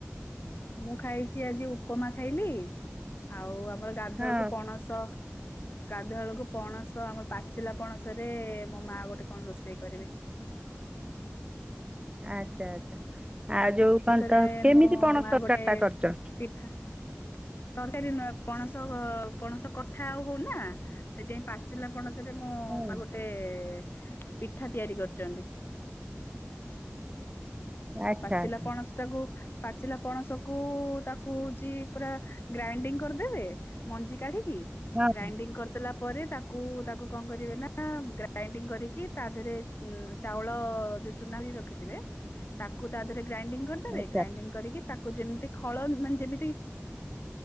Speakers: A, on the left; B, on the right.
A: ମୁଁ ଖାଇଚି ଆଜି ଉପମା ଖାଇଲି। ଆଉ ଆମର ଗାଧୁଆବେଳକୁ
B: ହଁ
A: ପଣସ ଗାଧୁଆ ବେଳକୁ ପଣସ ଆମର ପାଚିଲା ପଣସ ରେ ମୋ ମା ଗୋଟେ କଣ ରୋଷେଇ କରିବେ।
B: ଆଚ୍ଛା ଆଚ୍ଛା ଆଉ
A: ପାଚିଲା
B: ଯୋଉ
A: ପଣସରେ
B: କଣ ତ କେମିତି
A: ମୋ
B: ପଣସ
A: ମା ଗୋଟେ
B: ତରକାରୀଟା କରୁଚ?
A: ପିଠା। ତରକାରୀ ନୁହଁ ପଣସ ପଣସ କଠା ଆଉ ହଉନି ନା ସେଥି ପାଇଁ ପାଚିଲା ପଣସ ରେ ମୋ
B: ହଁ
A: ମା ଗୋଟେ ରେ ପିଠା ତିଆରି କରୁଚନ୍ତି।
B: ଆଚ୍ଛା
A: ପାଚିଲା
B: ଆଚ୍ଛା
A: ପଣସ ଟାକୁ ପାଚିଲା ପଣସକୁ ତାକୁ ହଉଚି ପୁରା ଗ୍ରାଇଣ୍ଡିଙ୍ଗ କରିଦେବେ ମଞ୍ଜି କାଢିକି
B: ହଁ
A: ଗ୍ରାଇଣ୍ଡିଙ୍ଗ କରିଦେଲା ପରେ ତାକୁ ତାକୁ କଣ କରିବେ ନା ଗ୍ରାଇଣ୍ଡିଙ୍ଗ କରିକି ତା ଦେହରେ ଉଁ ଚାଉଳ ଯୋଉ ଚୁନା ରିକି ରଖିଥିବେ ତାକୁ ତା ଦେହେରେ ଗ୍ରାଇଙ୍ଗ କରିଦେବେ
B: ହଁ ଆଚ୍ଛା
A: ଗ୍ରାଇଙ୍ଗ କରିକି ତାକୁ ଯେମିତି ଖଳ ମାନେ ଯେମିତି